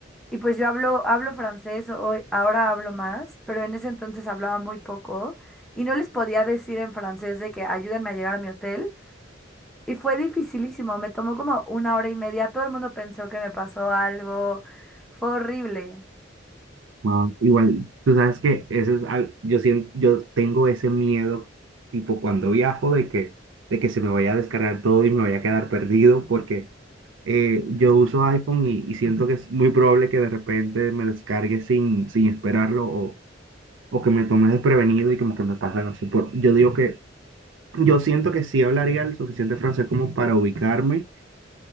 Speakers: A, in the centre; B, on the right.
A: Y pues yo hablo, hablo francés, hoy, ahora hablo más, pero en ese entonces hablaba muy poco y no les podía decir en francés de que ayúdenme a llegar a mi hotel. Y fue dificilísimo, me tomó como una hora y media, todo el mundo pensó que me pasó algo, fue horrible.
B: Ah, igual, tú sabes que ese es al- yo siento, yo tengo ese miedo, tipo cuando viajo, de que, de que se me vaya a descargar todo y me vaya a quedar perdido, porque eh, yo uso iPhone y, y siento que es muy probable que de repente me descargue sin, sin esperarlo o, o que me tome desprevenido y como que me pase algo así. Por- yo digo que, yo siento que sí hablaría el suficiente francés como para ubicarme,